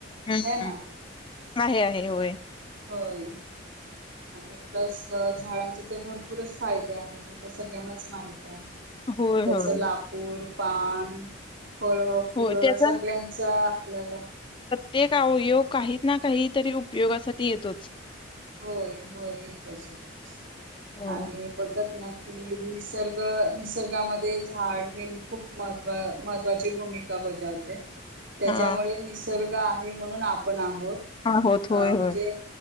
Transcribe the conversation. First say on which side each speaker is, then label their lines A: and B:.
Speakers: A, on the left; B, on the right.
A: हम्म
B: है ना
A: आहे आहे होय.
B: होय. आणि प्लस झाडांचे तर भरपूरच फायदे आहेत हे तर सगळ्यांनाच माहित ती
A: होय,
B: त्याच
A: होय.
B: लाकूड पान फळ फुलं
A: होय त्याचा
B: सगळ्यांचा आपल्याला
A: ते अवयोग काही ना काहीतरी उपयोगासाठी येतोच
B: होय होय येतोच येतोच
A: होय.
B: आणि बोलतात ना कि निसर्ग निसर्गामध्ये झाड हे खूप महत् महत्त्वाची भूमिका ब बजवते त्याच्यामुळे
A: हा
B: निसर्ग आहे म्हणून आपण आ होत
A: हा होत होय होय.
B: म्हणजे